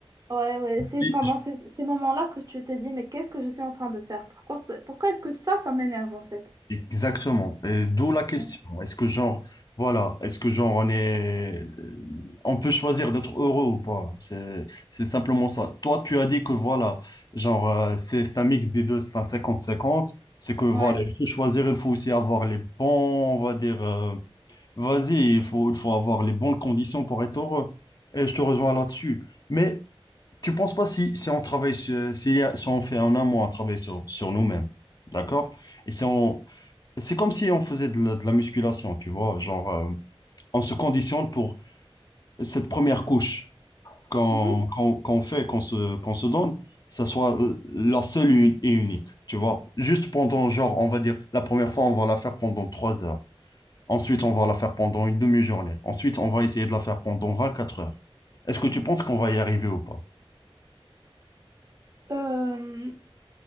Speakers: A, on the right (about 35°); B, on the left (about 40°).
A: Ouais, ouais, c'est
B: Et-
A: pendant ces, ces moments-là que tu te dis, mais qu'est-ce que je suis en train de faire? Pourquoi, ça- pourquoi est-ce que ça, ça m'énerve en fait?
B: Exactement. Et d'où la question.
A: Ouais.
B: Est-ce que genre, voilà, est-ce que genre on est, euh, on peut choisir d'être heureux ou pas? C'est, c'est simplement ça. Toi, tu as dit que voilà, genre, euh, c'est c'est un mix des deux, c'est un cinquante cinquante C'est que voilà,
A: Ouais.
B: il faut choisir, il faut aussi avoir les bons, on va dire. euh, Vas-y, il faut, il faut avoir les bonnes conditions pour être heureux. Et je te rejoins là-dessus. Mais tu penses pas si, si on travaille sur- s'il y a- si, on fait un amont à travailler sur, sur nous-mêmes, d'accord? Et si on, c'est comme si on faisait de la, de la musculation, tu vois, genre euh, on se conditionne pour cette première couche qu'on
A: Mhm.
B: qu'on, qu'on fait, qu'on se, qu'on se donne, ça soit euh, la seule et unique, tu vois. Juste pendant, genre, on va dire, la première fois, on va la faire pendant trois heures. Ensuite, on va la faire pendant une demi-journée. Ensuite, on va essayer de la faire pendant 24 heures. Est-ce que tu penses qu'on va y arriver ou pas?
A: Euh,